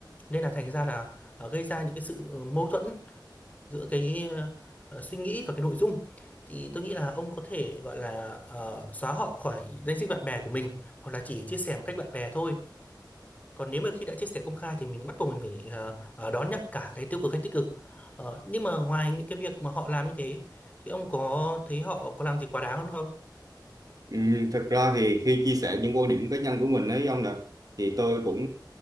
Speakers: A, on the left; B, on the right.
A: nên là thành ra là ờ, gây ra những cái sự mâu thuẫn giữa cái ờ, ờ, suy nghĩ và cái nội dung thì tôi nghĩ là ông có thể gọi là ờ, xóa họ khỏi danh sách bạn bè của mình hoặc là chỉ chia sẻ một cách bạn bè thôi còn nếu mà khi đã chia sẻ công khai thì mình bắt buộc mình phải ờ, ờ, đón nhận cả cái tiêu cực hay tích cực Ờ, nhưng mà ngoài những cái việc mà họ làm như thế thì ông có thấy họ có làm gì quá đáng hơn không
B: Ừ, thật ra thì khi chia sẻ những quan điểm cá nhân của mình ấy ông nè thì tôi cũng